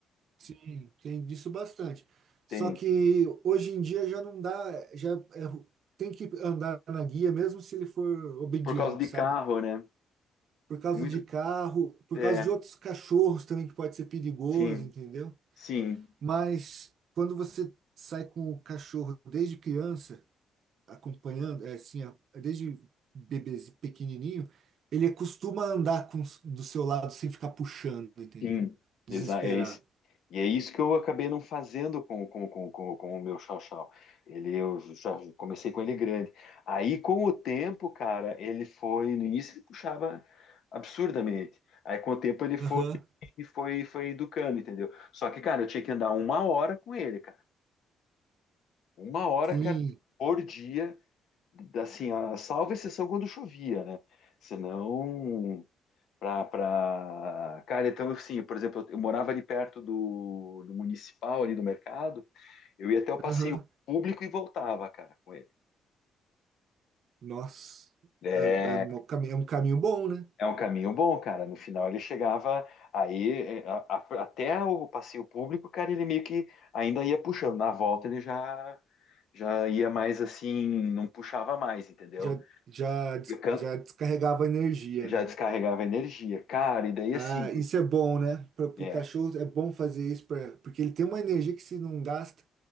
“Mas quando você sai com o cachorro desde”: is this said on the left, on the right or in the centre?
Right